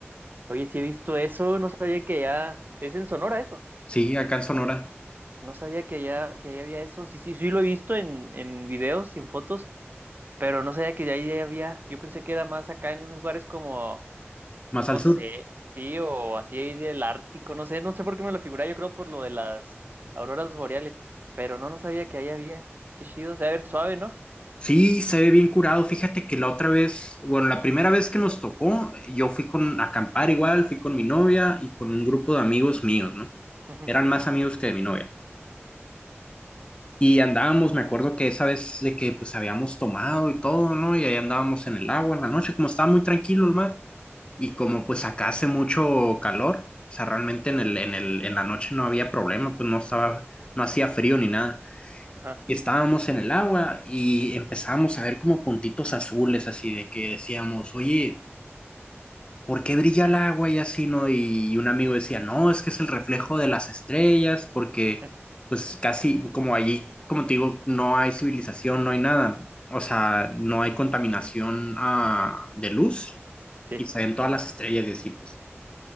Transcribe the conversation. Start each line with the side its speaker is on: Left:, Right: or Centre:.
Right: oye, sí he visto eso, no sabía que ya. Es en Sonora eso.
Left: Sí, acá en Sonora,
Right: No sabía que ya, que ya había eso. Sí, sí, sí lo he visto en, en videos y en fotos. Pero no sabía que de ahí había, yo pensé que era más acá en lugares como,
Left: más
Right: no
Left: al sur.
Right: sé, sí, o así ahí del Ártico, no sé, no sé por qué me lo figuré, yo creo por lo de las auroras boreales, pero no, no sabía que ahí había, qué chido, o sea, a ver, suave, ¿no?
Left: Sí, se ve bien curado. Fíjate que la otra vez, bueno, la primera vez que nos tocó, yo fui con a acampar igual, fui con mi novia y con un grupo de amigos míos, ¿no?
Right: Ujú,
Left: Eran más amigos que de mi novia. Y andábamos, me acuerdo que esa vez de que pues habíamos tomado y todo, ¿no? Y ahí andábamos en el agua en la noche, como estaba muy tranquilo el mar. Y como pues acá hace mucho calor, o sea, realmente en el, en el, en la noche no había problema, pues no estaba, no hacía frío ni nada.
Right: Ajá,
Left: Y estábamos en el agua y empezábamos a ver como puntitos azules, así de que decíamos, oye, ¿por qué brilla el agua y así, no? Y un amigo decía, no, es que es el reflejo de las estrellas, porque
Right: <laughs>
Left: pues casi como allí, como te digo, no hay civilización, no hay nada, o sea, no hay contaminación ah, de luz
Right: sí.
Left: y se ven todas las estrellas y así, pues.